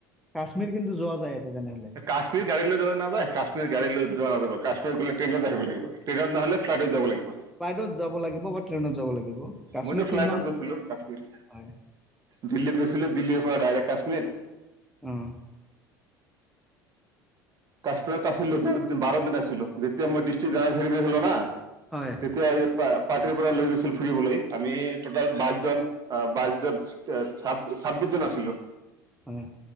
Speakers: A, in the centre; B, on the right.
A: কাশ্মীৰ কিন্তু যোৱা যায় এটা তেনেহলে
B: কাশ্মীৰ গাড়ী লৈ নাযায়, কাশ্মীৰ গাড়ী লৈ যোৱা হয়‌ যাব, কাশ্মীৰ গ'লে ট্ৰেইনত আহিব লাগিব, ট্ৰেইনত নহ'লে ফ্লাইটত যাব লাগিব।
A: ফ্লাইটত যাব লাগিব বা ট্ৰেইনত যাব লাগিব। কাশ্মীৰটো
B: মই ত ফ্লাইটত
A: ইমান
B: গৈছিলো কশ্মীৰ
A: হয়
B: দিল্লীত গৈছিলো দিল্লী। দেল্লী পৰা ডাইৰেক্ট কাশ্মীৰ
A: অহ।
B: কাশ্মীৰত আছিলো দচ দিন বাৰ দিন আছিলোঁ যেতিয়া মোৰ ডিষ্ট্ৰিক্ জেনেৰেলক্ৰেটাৰী হল না।
A: হয়
B: তেতিয়া ই প <inaudible> পাৰ্টিৰ পৰা লৈ গৈছিল ফুৰিবলৈ আমি টোটেল বাইচজন বাইচজন ছাব্বিছ বিশজন আছিলো।
A: হয়।